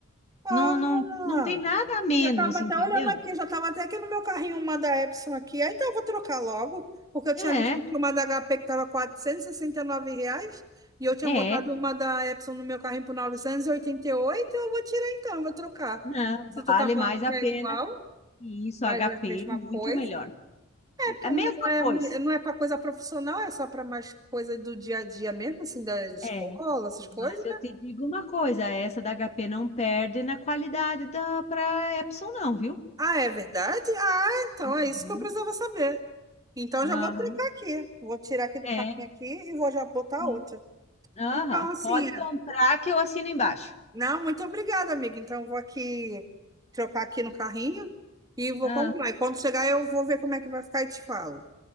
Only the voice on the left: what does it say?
Não, não, não tem nada a menos,
entendeu?
É,
é,
não,
vale
mais a
pena.
E isso,
HP,
muito
melhor.
É A
mesma
coisa.
É.
Mas eu
te digo uma coisa, essa da HP não perde na qualidade da para Epson não, viu?
Uhum.
Aham,
é.
sim.
Aham,
pode
comprar que eu assino embaixo.
Ah,